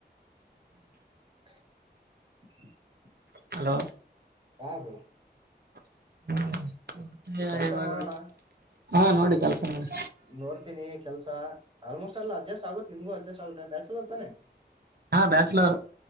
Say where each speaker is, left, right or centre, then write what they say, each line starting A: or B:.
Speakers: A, on the right; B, on the right.
A: ಹ
B: ಹಲೋ
A: ಹಬ್ರೋ
B: <unintelligible>
A: ಕೆಲ್ಸ ನೋಡೋಣ
B: ಹಾ ನೋಡಿ ಕೆಲ್ಸ ನೋಡಿ.
A: ನೋಡ್ತೀನಿ ಕೆಲ್ಸ ಆಲ್ಮೋಸ್ಟ್ ಆಲ್ ಅಡ್ಜಸ್ಟ್ ಆಗುತ್ತೆ ನಿಮ್ಗೂ ಅಡ್ಜಸ್ಟ್ ಆಗುತ್ತೆ ಬ್ಯಾಚುಲರ್ತಾನೆ.
B: ಹಾ ಬ್ಯಾಚುಲರ್.